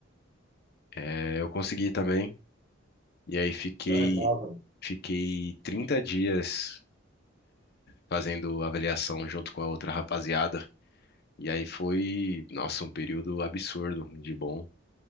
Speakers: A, on the left; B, on the right.
A: é, eu consegui também. E aí fiquei
B: Que Legal, cara.
A: fiquei 30 dias fazendo avaliação junto com a outra rapaziada. E aí foi, nossa, um período absurdo de bom.